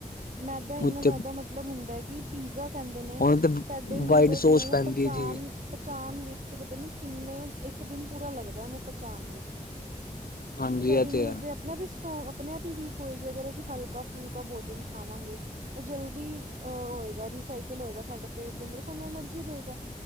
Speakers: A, on the right (about 60°); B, on the left (about 75°).
A: ਮੈਦਾ ਇੰਨਾ
B: ਉਤੇ
A: ਜ਼ਿਆਦਾ ਮਤਲਬ ਹੁੰਦਾ ਹੈ, ਕਿ ਪੀਜ਼ਾ ਕਹਿੰਦੇ ਨੇ,
B: ਉਹਨ ਤੇ
A: ਸਾਡੇ ਲੀਵਰ
B: ਵਾਈਟ
A: ਨੂੰ
B: ਸੋਸ ਪੈਂਦੀ
A: ਪਚਾਨ
B: ਹੈ ਜਿਵੇਂ
A: ਪਚਾਨ ਵਿੱਚ ਪਤਾ ਨੀ ਕਿੰਨੇ, ਇੱਕ ਦਿਨ ਪੂਰਾ ਲੱਗਦਾ ਉਹਨੂੰ ਪਚਾਨ ਵਿੱਚ।
B: ਹਾਂਜੀ
A: ਉਹ ਸਾਡੀ
B: ਇਹ
A: ਇਮਿਨਿਊਟਰੀ
B: ਤੇ ਹੈ
A: ਅੱਪ ਮੈਂ ਵੀ ਸਟਰੋਂਗ ਆਪਣੇ-ਆਪ ਈ ਵੀਕ ਹੋਏਗੀ, ਅਗਰ ਅਸੀ ਹਲਕਾ-ਫੁਲਕਾ ਭੋਜਨ ਖਾਵਾਂਗੇ। ਉਹ ਜਲਦੀ ਅਹ ਹੋਏਗਾ ਰੀਸਾਈਕਲ ਹੋਏਗਾ, ਸਾਡੇ ਪੇਟ ਦੇ ਅੰਦਰ ਸਾਨੂੰ ਐਨਰਜੀ ਦੇਗਾ।